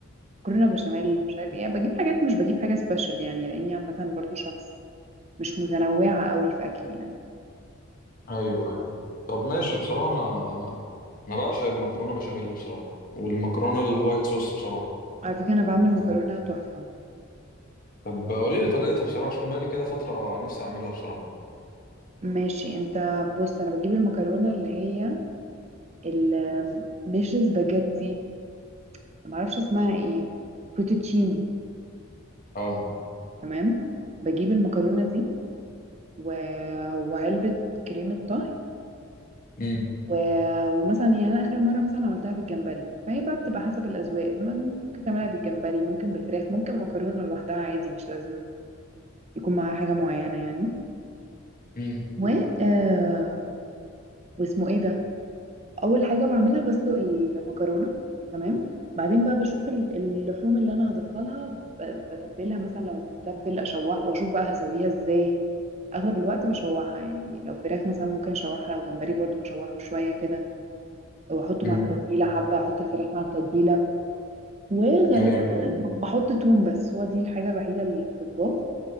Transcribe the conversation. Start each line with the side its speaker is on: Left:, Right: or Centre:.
Right: مكرونة بشاميل مش عارف ايه بجيب حاجات مش بجيب حاجة سبيشال يعني لاني عامة برضو شخص مش متنوعة قوي في اكلي يعني
Left: ايوه ايوه طب ماشي بصراحه انا انا بعشق المكرونه بشاميل بصراحه والمكرونه الوايت صوص بصراحه
Right: على فكرة انا بعمل
Left: يعني.
Right: مكرونة تحفة
Left: طب قولي لي طريقتها بصراحه عشان بقالي كده فتره نفسي اعملها بصراحه
Right: ماشي انت بص انا بجيب المكرونة اللي هي ال- آم، مش سباجيتي معرفش اسمها ايه فوتوتشيني
Left: اه
Right: تمام بجيب المكرونة دي و... وعلبة كريمة طهي
Left: امم
Right: و... ومثلا يعني أنا آخر مرة مثلا عملتها بالجمبري فهي بقى بتبقى حسب الأذواق ممكن تعملها بالجمبري ممكن بالفراخ ممكن مكرونة لوحدها عادي مش لازم يكون معاها حاجة معينة يعني
Left: امم
Right: و آه... واسمه ايه ده اول حاجه بعملها بسلق المكرونه تمام بعدين بقى بشوف ال- اللحوم اللي انا هضيفها لها ب- بتبلها مثلا لو هتتبل اشوحها واشوف بقى هسويها ازاي اغلب الوقت بشوحها يعني لو فراخ مثلا ممكن اشوحها لو جمبري برضو بشوحه شويه كده واحطه
Left: امم
Right: مع التتبيله حبه احط الفراخ مع التتبيله وغالبا
Left: ايوه
Right: ب- بحط توم بس هو دي الحاجه الوحيده اللي بتتضاف